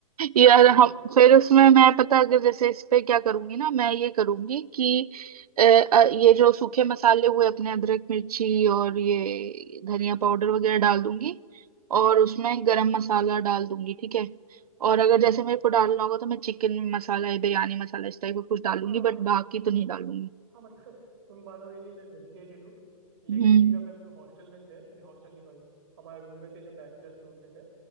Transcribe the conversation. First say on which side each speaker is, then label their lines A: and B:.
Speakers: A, on the right; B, on the right.
A: यार
B: सच में
A: हम फिर उसमें मैं पता अगर जैसे इस पे क्या करूंगी ना मैं ये करूंगी कि अ, अ, ये जो सूखे मसाले हुए अपने अदरक मिर्ची और ये धनिया पाउडर वगैरह डाल दूंगी और उसमें गरम मसाला डाल दूंगी ठीक है और अगर
B: <laughs>
A: जैसे मेरे को डालना होगा तो मैं चिकन मसाला या बिरयानी मसाला इस टाइप का कुछ डालूंगी
B: हाँ हाँ
A: बट बाकी तो नहीं डालूंगी
B: हाँ मतलब तुम मानोगे नहीं मैं वेजिटेरियन हूँ लेकिन
A: हम्म
B: जब हम लोग हॉस्टल में थे नहीं हॉस्टल नहीं सॉरी हमारे रूम में थे जब बैचलर्स रूम में थे